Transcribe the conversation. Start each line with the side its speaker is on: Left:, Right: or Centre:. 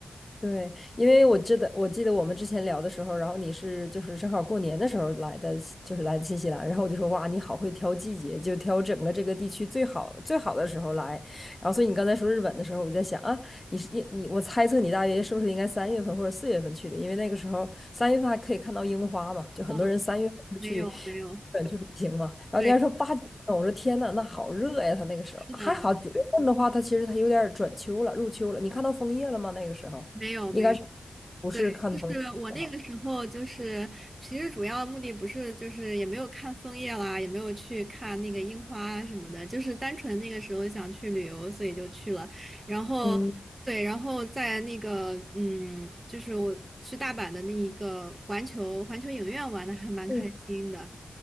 Left: 对，因为我记得我记得我们之前聊的时候，然后你是就是正好过年的时候来的西就是来的新西兰，然后我就说哇，你好会挑季节，就挑整个这个地区最好最好的时候来。然后所以你刚才说日本的时候，我在想啊，你是你你我猜测你大约是不是应该三月份或者四月份去的，因为那个时候三月份还可以看到樱花嘛，就很多人三月份会去日
Right: 哦，没有没有，
Left: 本去旅行嘛。然后你还说八九月份，
Right: 对，
Left: 我说天呐，那好热呀，他那个时候还好九月份的话，
Right: 是的，
Left: 他其实他有点儿转秋了，入秋了。你看到枫叶了吗？那个时候？
Right: 没有没有。
Left: 应该是不是看风景的时候。
Right: 对，就是我那个时候，就是其实主要目的不是，就是也没有看枫叶啦，也没有去看那个樱花什么的，就是单纯那个时候想去旅游，所以就去了。然后，
Left: 嗯
Right: 对，然后在那个，嗯，就是我去大阪的那一个环球环球影院玩的还蛮开心的。
Left: 嗯